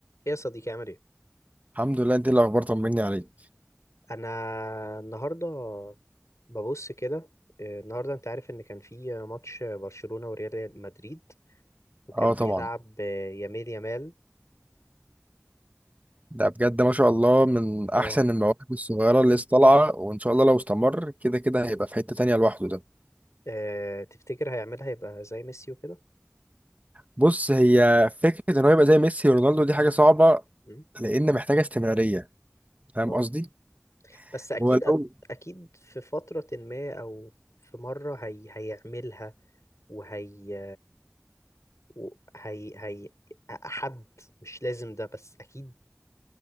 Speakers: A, on the left; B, on the right.
A: ايه يا صديقي عامل ايه
B: الحمد لله انت إيه الاخبار طمني عليك
A: انا النهارده ببص كده آه، النهارده انت عارف ان كان في ماتش برشلونة وريال مدريد وكان
B: اه طبعا
A: بيلعب آه، يامال يامال
B: ده بجد ما شاء الله من احسن
A: اه
B: المواهب الصغيره اللي لسه طالعه وان شاء الله لو استمر كده كده هيبقى في حته تانية لوحده ده
A: آه، تفتكر هيعملها يبقى زي ميسي وكده
B: بص هي فكره ان هو يبقى زي ميسي ورونالدو دي حاجه صعبه
A: مم.
B: لان محتاجه استمراريه فاهم
A: اه
B: قصدي
A: بس اكيد
B: هو لو
A: أت- اكيد في فترة ما او في مرة هي هيعملها وهي وهي هي حد مش لازم ده بس اكيد